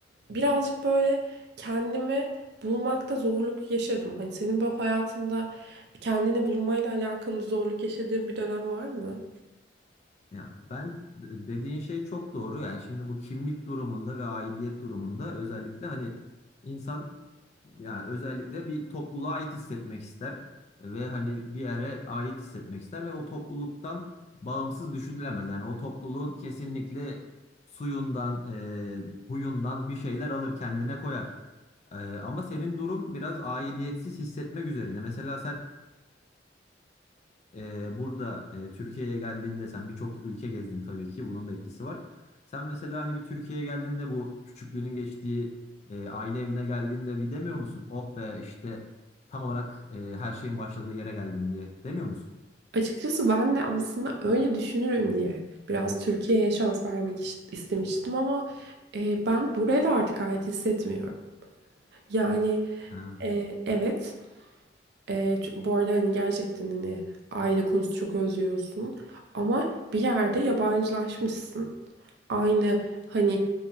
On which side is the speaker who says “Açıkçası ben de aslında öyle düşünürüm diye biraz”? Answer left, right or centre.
Right